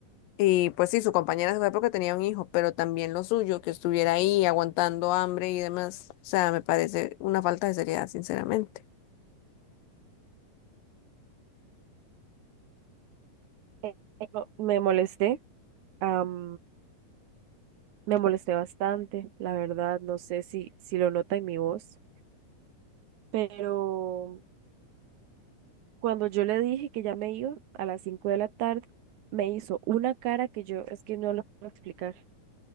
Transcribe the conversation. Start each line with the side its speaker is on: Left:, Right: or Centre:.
Left: Y pues sí, su compañera se fue porque tenía un hijo, pero también lo suyo, que estuviera ahí aguantando hambre y demás. O sea, me parece una falta de seriedad, sinceramente.
Right: Eh, no, Me molesté, am, me molesté bastante, la verdad, no sé si, si lo nota en mi voz, pero... Cuando yo le dije que ya me iba a las 5 de la tarde, me hizo una cara que yo es que no lo puedo explicar.